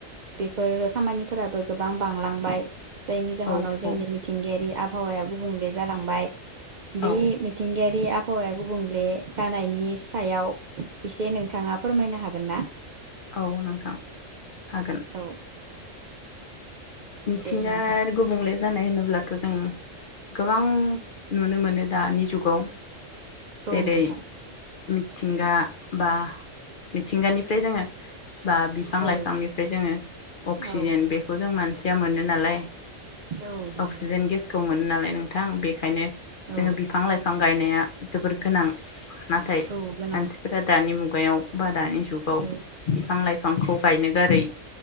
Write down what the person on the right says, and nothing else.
बेफोरो खामानिफोराबो गोबां बांलांबाय जायनि जाहोनाव
जोंनि
मिथिंगायारि आब हावाया गुबुंले जालांबाय बे
मिथिंगायारि आब हावाया गुबुंले जानायनि सायाव एसे नोंथाङा फोरमायनो हागोन ना
औ
दे नोंथां
औ नोंथां
औ
औ
औ मोनो
औ
औ गोनां
औ